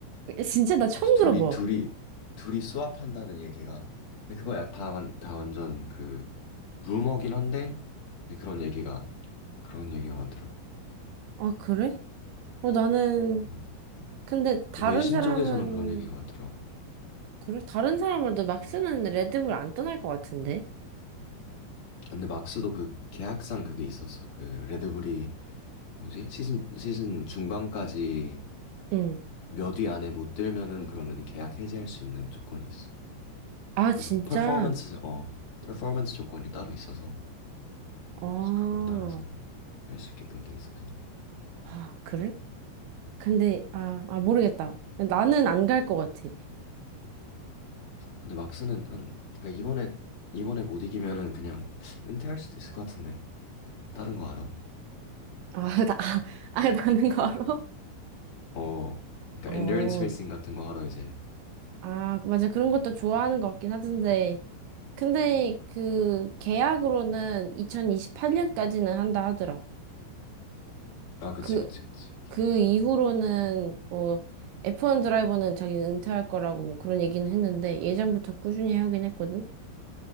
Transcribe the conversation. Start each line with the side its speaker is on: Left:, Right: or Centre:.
Right: 진짜 나 처음
Left: 그래서 둘이,
Right: 들어봐.
Left: 둘이, 둘이 스왑한다는 얘기가, 근데 그거 약 다, 완- 다 완전 그, 루머긴 한데, 근데 그런 얘기가, 그런 얘기가 많더라고.
Right: 아, 그래? 어, 나는,
Left: 음,
Right: 근데 다른
Left: 외신
Right: 사람은,
Left: 쪽에서는 그런 얘기가 많더라고.
Right: 그래? 다른 사람으로도 막 쓰는 레드불 안 떠날 것 같은데?
Left: 근데 막스도 그 계약상 그게 있었어. 그 레드불이 뭐지? 시즌 시즌 중반까지
Right: 응.
Left: 몇 위 안에 못 들면은 그러면 계약 해지할 수 있는 조건이 있어.
Right: 아,
Left: 그러니까
Right: 진짜?
Left: 퍼- 퍼포먼스 어 퍼포먼스 조건이 따로 있어서
Right: 어,
Left: 그래서 그걸 따라서 할 수 있게끔 돼 있어서.
Right: 아, 그래? 근데, 아, 아, 모르겠다. 나는 안 갈 것 같아.
Left: 근데 막스는 한 그러니까 이번에 이번에 못 이기면은 그냥 은퇴할 수도 있을 것 같은데 다른 거 알아?
Right: 아, <laughs> 나, 아, 아, 나는 걸어?
Left: 어 그러니까
Right: 어,
Left: 엔드런스 레이싱 같은 거 하러 이제
Right: 아, 맞아. 그런 것도 좋아하는 것 같긴 하던데. 근데 그 계약으로는 2028년까지는 한다 하더라.
Left: 아 그치
Right: 그,
Left: 그치 그치 계약상으로
Right: 그 이후로는 뭐 F1 드라이버는 자기는 은퇴할 거라고 뭐 그런 얘기는 했는데 예전부터 꾸준히 하긴 했거든.